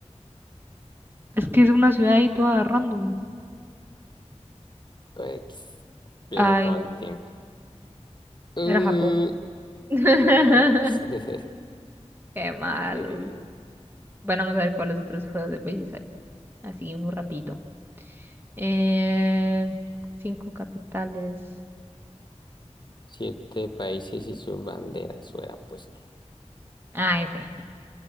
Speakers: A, on the right; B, on the left.
A: es que es una ciudad ahí toda random.
B: Lo X. Ya
A: Ay,
B: se acabó el tiempo. Uh,
A: era Japón. <laughs>
B: Japón. <laughs>
A: Qué malos.
B: Eh,
A: Bueno, vamos a ver cuáles otros juegos de países hay. Así, uno rapidito. Eh, cinco capitales.
B: siete países y sus banderas hubiera puesto.
A: Ah, este, este.